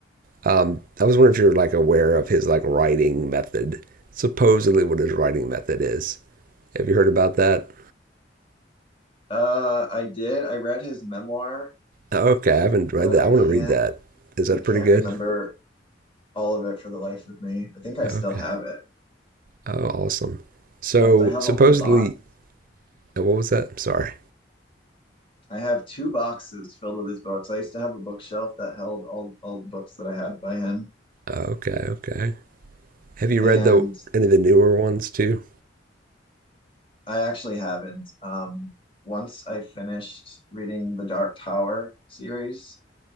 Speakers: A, on the right (about 50°); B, on the left (about 30°).
A: Um, I was wondering if you're like aware of his like writing method, supposedly what his writing method is. Have you heard about that?
B: Uh, I did. I read his memoir,
A: Oh, okay, I haven't read
B: but
A: that.
B: I
A: I want
B: can't
A: to read that. Is that
B: I can't
A: pretty good?
B: remember all of it for the life of me. I think I
A: Okay.
B: still have it.
A: Oh, awesome. So
B: In fact, I have
A: supposedly,
B: a whole box.
A: oh, what was that? I'm sorry.
B: I have two boxes filled with his books. I used to have a bookshelf that held all all the books that I had by him,
A: Oh, Okay, okay. Have you
B: and
A: read the any of the newer ones too?
B: I actually haven't. Um, once I finished reading the Dark Tower series,